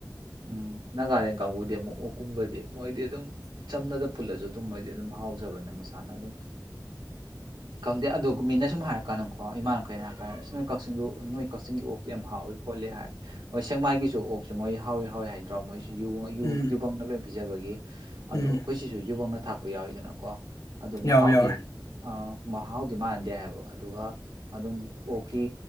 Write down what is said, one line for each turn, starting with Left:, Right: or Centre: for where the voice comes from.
Right: ꯎꯝ ꯅꯒꯥꯂꯦꯟ ꯀꯥꯡꯕꯨꯗꯤ ꯑꯃꯨꯛ ꯑꯣꯀꯨꯝꯕꯗꯤ ꯃꯣꯏꯗꯤ ꯑꯗꯨꯝ ꯆꯝꯅꯗ ꯄꯨꯜꯂꯁꯨ ꯑꯗꯨꯝ ꯃꯣꯏꯗꯤ ꯑꯗꯨꯝ ꯍꯥꯎꯖꯕꯅꯦ ꯃꯁꯥꯅ ꯑꯗꯨꯝ ꯈꯪꯗꯦ ꯑꯗꯨ ꯃꯤꯅ ꯁꯨꯝ ꯍꯥꯏꯔꯛꯀꯥꯟꯗꯀꯣ ꯏꯃꯥꯟꯅꯈꯩꯅ ꯍꯥꯏꯔ ꯀꯥꯟꯗ ꯑꯁ ꯅꯣꯏ ꯀꯛꯆꯤꯡꯗꯣ ꯅꯣꯏ ꯀꯛꯆꯤꯡꯒꯤ ꯑꯣꯛꯁꯦ ꯌꯥꯝ ꯍꯥꯎꯋꯤ ꯀꯣꯂꯦ ꯍꯥꯏ ꯁꯦꯡꯃꯥꯏꯒꯤꯁꯨ ꯑꯣꯛꯁꯨꯦ ꯃꯣꯏ ꯍꯥꯎꯋꯤ ꯍꯥꯎꯋꯏ ꯍꯥꯏꯗ꯭ꯔꯣ ꯃꯣꯏꯁꯨ
Left: ꯎꯝ
Right: ꯌꯨꯕꯪꯅ ꯂꯣꯏ ꯄꯤꯖꯕꯒꯤ ꯑꯗꯣ
Left: ꯎꯝ
Right: ꯑꯩꯈꯣꯏ ꯁꯤꯁꯨ ꯌꯨꯕꯪꯅ ꯊꯥꯛꯄ ꯌꯥꯎꯋꯤꯗꯅꯀꯣ ꯑꯣ
Left: ꯌꯥꯎꯋꯦ
Right: ꯃꯍꯥꯎꯗꯤ
Left: ꯌꯥꯎꯋꯦ
Right: ꯑ ꯃꯍꯥꯎꯗꯤ ꯃꯥꯟꯗꯦ ꯍꯥꯏꯕ ꯑꯗꯨꯒ ꯑꯗꯨꯝ ꯑꯣꯛꯈꯤ